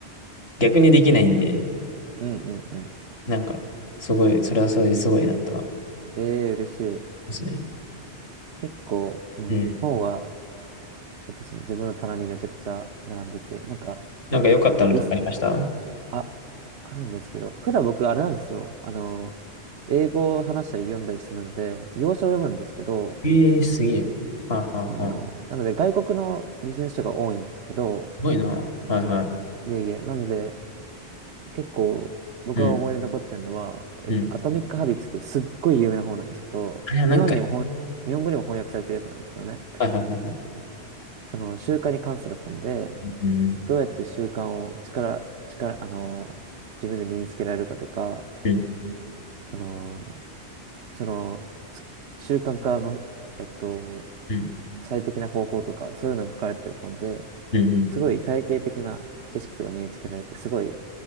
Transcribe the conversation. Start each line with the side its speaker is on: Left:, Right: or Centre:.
Left: 逆にできないんで、
Right: うんうんうん。
Left: なんか、すごい、それはそれですごいなとは思い
Right: ええ嬉しい。
Left: ますね。
Right: 結構、うん、
Left: うん。
Right: 本は私の自分の棚にめちゃくちゃ並んでて、なんか、
Left: なんか良かったのとかありました
Right: 結構リス、あ、あるんですけど、普段僕あれなんですよ。あの、英語を話したり読んだりするので、洋書を読むんですけど、
Left: ええすげえ。はいはいはい。
Right: あの、なので外国のビジネス書が多いんですけど、
Left: すごいな。はいはい。
Right: いえいえ、なので結構僕が思い出に残ってるのは、
Left: うん、
Right: えっと、
Left: うん。
Right: アトミック・ハビッツっていうすっごい有名な本なんですけど、
Left: あれはなんか、
Right: 日本にも本、
Left: は
Right: 日本語にも翻訳されてるやつなんですけどね、
Left: いはいはいはい。
Right: その習慣に関する本で、
Left: うん、
Right: どうやって習慣を力、力、あの、自分で身につけられるかとか、
Left: うん、
Right: その、その、す習慣化の、えっと、
Left: うん、
Right: 最適な方法とか、そういうのが書かれてる本で、
Left: うん。うん
Right: すごい体系的な知識とか身につけられて、すごい、